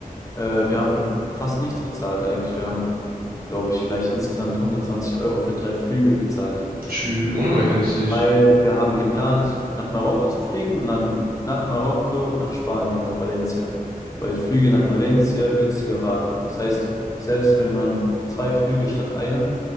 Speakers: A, on the left; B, on the right.
A: Äh, wir haben fast nichts bezahlt eigentlich. Wir haben, glaube ich, vielleicht insgesamt 120 Euro für drei Flüge bezahlt.
B: Tschü, ohne mal günstig.
A: weil wir haben geplant, nach Marokko zu fliegen und dann nach Marokko, nach Spanien, nach Valencia, weil Flüge nach Valencia günstiger waren. Das heißt, selbst wenn man zwei Flüge statt einem